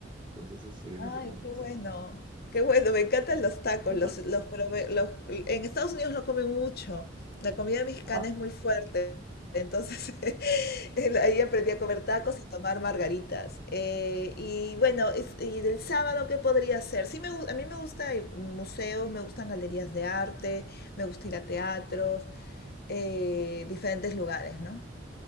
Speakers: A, on the right (about 25°); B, on the left (about 55°).
A: Entonces esa sería
B: Ay,
A: mi recomendación.
B: qué bueno, qué bueno, me encantan los tacos,
A: <laughs>
B: los, los, prove- los- en Estados Unidos lo comen mucho, la comida mexicana
A: Ajá.
B: es muy fuerte, entonces <laughs> el- ahí aprendí a comer tacos y tomar margaritas. Eh, y bueno, es- y del sábado, ¿qué podría hacer? Sí, me, gu- a mí me gustan museos, me gustan galerías de arte, me gusta ir a teatros, eh, diferentes lugares, ¿no?